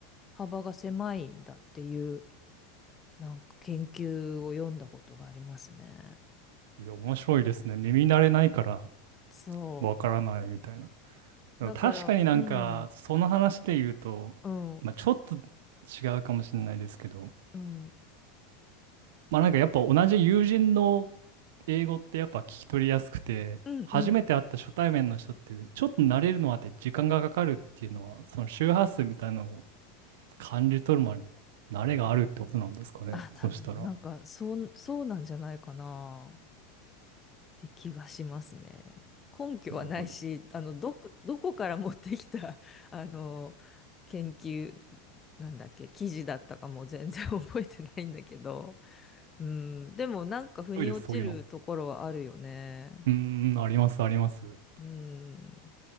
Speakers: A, on the left; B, on the right.
A: 幅が狭いんだっていうなんか研究を読んだことがありますね。
B: いや、面白いですね。耳慣れないから
A: そ
B: わからないみたいな。
A: う。
B: でも確かになんか、
A: だから、うん、
B: その話で言うと、
A: うん、うん、
B: まあ、ちょっと違うかもしれないですけど、
A: うん、
B: まあなんかやっぱ同じ友人の英語ってやっぱ聞き取りやすくて、
A: うん。
B: 初めて会った初対面の人って、ちょっと慣れるのまで時間がかかるっていうのは、その周波数みたいなのを感じ取るまで、慣れがあるってことなんですかね。
A: あ、多分なんかそう、
B: そしたら、
A: そうなんじゃないかな。て気がしますね。根拠はないし、
B: なるほど。
A: あの、どっか、どこから持ってきた、<laughs> あの、研究、なんだっけ、記事だったかも全然 <laughs> 覚えてないんだけど、うん、でもなんか腑に落ちるところはあるよね。
B: 多いです、そういうの。うーん、あります、あります。
A: うん。